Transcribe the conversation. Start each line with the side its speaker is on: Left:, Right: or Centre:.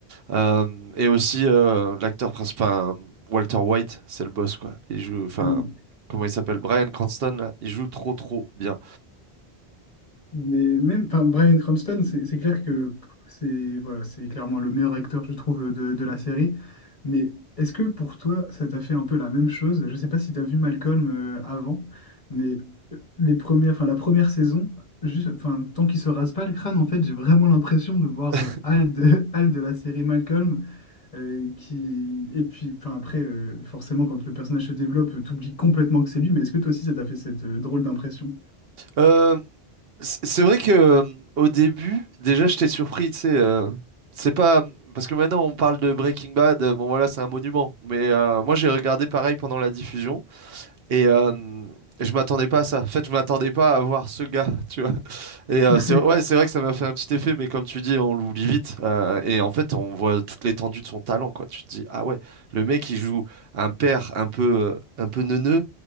Right: Euh, et aussi, euh, l'acteur principal, enfin, Walter White, c'est le boss, quoi. Il joue, enfin,
Left: I'm
Right: comment il s'appelle? Bryan Cranston, là, il joue trop trop bien.
Left: Mais même, enfin, Bryan Cranston, c'est c'est clair que pff, c'est voilà, c'est clairement le meilleur acteur, je trouve, de, de la série. Mais est-ce que pour toi, ça t'a fait un peu la même chose? Je sais pas si tu as vu Malcolm euh, avant, mais euh, les premières, enfin, la première saison, juste, enfin, tant qu'il se rase pas le crâne, en fait, j'ai vraiment l'impression de voir
Right: <laughs>
Left: euh, Hal de, <laughs> Hal de la série Malcolm, euh, qui, et puis, enfin, après, euh, forcément, quand le personnage se développe, euh, t'oublies complètement que c'est lui. Mais est-ce que toi aussi, ça t'a fait cette euh, drôle d'impression?
Right: Euh, c- c'est vrai que euh, au début, déjà, j'étais surpris, tu sais. euh, c'est pas parce que maintenant on parle de Breaking Bad. euh, Bon, voilà, c'est un monument. Mais euh, moi, j'ai regardé pareil pendant la diffusion et euh, je m'attendais pas à ça. En fait, je m'attendais pas à voir ce gars, <laughs> tu vois. Et euh,
Left: <laughs>
Right: c'est ouais, c'est vrai que ça m'a fait un petit effet, mais comme tu dis, on l'oublie vite. euh, et en fait, on voit toute l'étendue de son talent, quoi. Tu te dis, ah ouais, le mec, il joue un père un peu, euh, un peu neuneux,